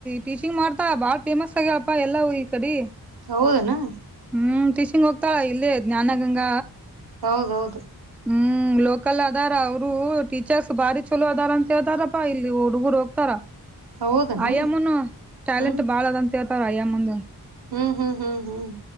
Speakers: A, in the centre; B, on the right.
A: ಟೀಚಿಂಗ್ ಮಾಡ್ತಾ ಬಾಳ್ ಫೇಮಸ್ ಆಗ್ಯಪ್ಪಾ ಎಲ್ಲ ಈ ಕಡೆ
B: ಹೌದನಾ
A: ಹ್ಮ್ ಟೀಷಿಂಗ ಹೋಗಲ್ಲಳ ಇಲ್ಲದೆೇ ಜ್ಾನಗಂಗ
B: ಹೌದೌದು
A: ಹ್ಮ್ ಲೋಕಲ್ ಅದಾರ ಅವರು ಟೀಚರ್ಸ್ ಬಾರಿ ಚಲೋ ಅದಾರ ಅಂತೇಳ್ತಾರಪ್ಪಾ ಇಲ್ಲಿ ಹುಡುಗರು ಹೋಗ್ತಾರ
B: ಹೌದನ
A: ಅಯ್ಯಮ್ಮನು ಟ್ಯಾಲೆಂಟ್
B: ಹ್ಮ್
A: ಬಾಳ ಅದಂತ ಹೇಳ್ತವ್ರ ಅಯ್ಯಮ್ಮನ್
B: ಹ್ಮ್ ಹ್ಮ್ ಹ್ಮ್ ಹ್ಮ್